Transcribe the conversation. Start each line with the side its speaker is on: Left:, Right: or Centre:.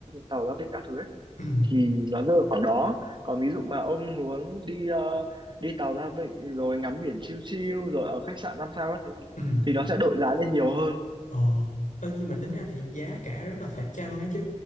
Right: tàu ra vịnh các thứ ấy,
Left: ừ
Right: thì nó rơi vào khoảng đó. Còn ví dụ mà ông muốn đi ờ, đi tàu ra vịnh rồi ngắm biển chill chill rồi ở khách sạn năm sao các thứ thì
Left: ừ
Right: thì nó sẽ đội giá lên nhiều hơn
Left: Ờ, ơ, nhưng mà tính ra thì giá cả rất là phải chăng ấy chứ